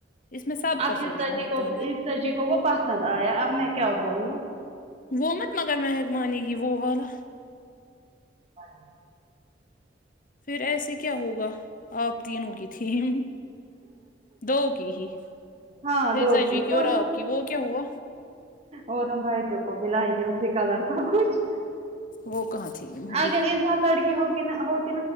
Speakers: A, on the left; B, on the right.
A: اس میں سب
B: اب
A: کا سوچنا
B: حفظہ جی
A: ہوتا
B: کو
A: ہے
B: حفظہ جی کو وہ پسند آیا اب میں کیا بولوں
A: وہ مت مگر مہک مانی گی وہ والا
B: ہاں <unintelligible>
A: پھر ایسے کیا ہوگا آپ تینوں کی تھیم دو کی ہی
B: ہاں
A: حفظہ
B: دوگی
A: جی کی
B: اور
A: آپ
B: نا
A: کی وہ کیا ہوا
B: اور ہم بھائنجوں کو بھی لائیں گے اسی کلر کا کچھ
A: وہ کہاں تھیم ہوئی
B: اگر اس بار لڑکی ہوگی نہ ہو